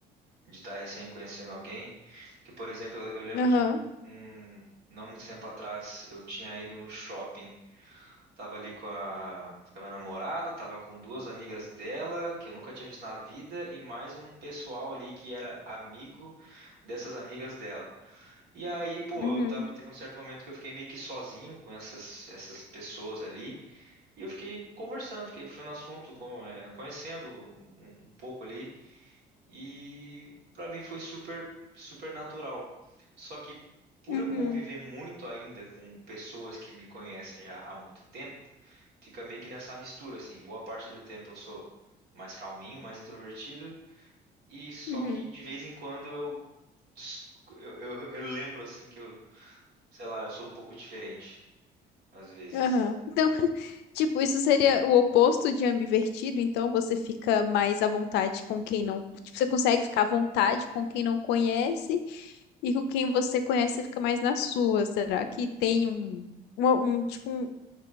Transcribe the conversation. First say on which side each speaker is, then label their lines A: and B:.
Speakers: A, on the right; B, on the left.
A: de estar recém conhecendo alguém. Que, por exemplo, eu eu lembro
B: Aham.
A: de um um- não muito tempo atrás, eu tinha ido no shopping Tava ali com a, com a minha namorada, tava com duas amigas dela, que eu nunca tinha visto na vida, e mais um pessoal ali que era amigo dessas amigas dela. E aí, pô,
B: Uhum,
A: eu tava- teve um certo momento que eu fiquei meio que sozinho com essas, essas pessoas ali, e eu fiquei conversando, fiquei puxando assunto, com- eh, conhecendo um, um pouco ali, e pra mim foi super, super natural. Só que por
B: uhum,
A: eu conviver muito ainda com pessoas que me conhecem já há muito tempo, fica meio que nessa mistura, assim. Boa parte do tempo eu sou mais calminho, mais introvertido, e só
B: uhum,
A: que de vez em quando eu, des- eu, eu, eu lembro, assim, que eu, sei lá, eu sou um pouco diferente, às vezes.
B: aham. Então, <laughs> tipo, isso seria o oposto de ambivertido, então você fica mais à vontade com quem não. Tipo, você consegue ficar à vontade com quem não conhece, e com quem você conhece, você fica mais na sua. Será que tem um, uma, um, tipo, um-